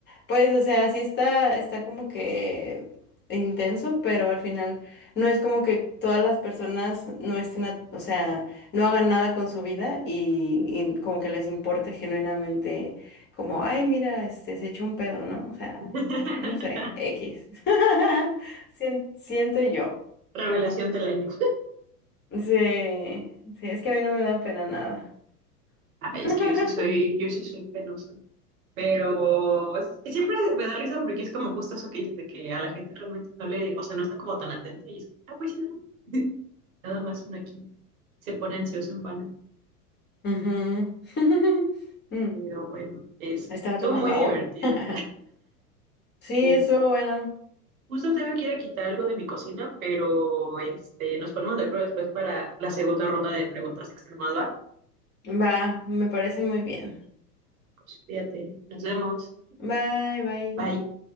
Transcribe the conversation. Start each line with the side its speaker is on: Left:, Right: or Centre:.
Left: Pues, o sea, sí está, está como que intenso, pero al final no es como que todas las personas no estén, a- o sea, no hagan nada con su vida y, y como que les importe genuinamente, como, ay, mira, este, se echó un pedo, ¿no? O sea,
Right: <laughs>
Left: no sé, X. <laughs> Sien- siento yo.
Right: Revelación del año.
Left: Sí, sí, es que a mí no me da pena nada.
Right: Ay,
Left: <laughs>
Right: es que yo sí soy, yo sí soy penosa. Pero es- siempre me da risa porque es como justo eso que dices de que a la gente realmente no le, o sea, no está como tan atenta y es, ah, pues sí, ¿no? <laughs> Nada más uno aquí se pone ansioso en vano.
Left: Ujú. <laughs> Mm.
Right: Pero bueno, es,
Left: Estaba
Right: estuvo
Left: tomando
Right: muy
Left: agua.
Right: divertido.
Left: <laughs> Sí,
Right: Es,
Left: estuvo bueno.
Right: justo tengo que ir a quitar algo de mi cocina, pero este, nos ponemos de acuerdo después para la segunda ronda de preguntas extremas, ¿va?
Left: Va, me parece muy bien.
Right: Pues fíjate, nos vemos.
Left: Bye, bye.
Right: Bye.